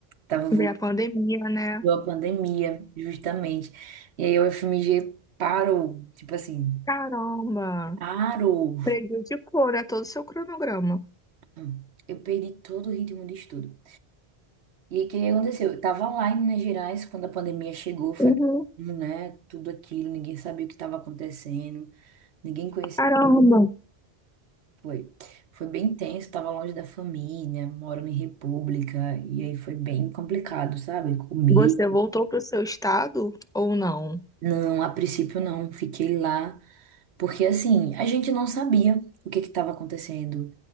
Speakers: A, on the right; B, in the centre.
A: tava voltando
B: veio a pandemia, né?
A: a pandemia, justamente. E aí o FMG parou, tipo assim,
B: Caramba,
A: parou.
B: prejudicou, né, todo o seu cronograma.
A: Hum, Eu perdi todo o ritmo de estudo. E aí, o que aconteceu? Eu tava lá em Minas Gerais quando a pandemia chegou, foi,
B: Uhum.
A: aquilo, né, tudo aquilo, ninguém sabia o que estava acontecendo, ninguém conhecia.
B: Caramba.
A: Foi, foi bem tenso, tava longe da família, morando em república, e aí foi bem complicado, sabe? Comer.
B: Você voltou para o seu estado ou não?
A: Não, a princípio não, fiquei lá, porque assim, a gente não sabia o que que estava acontecendo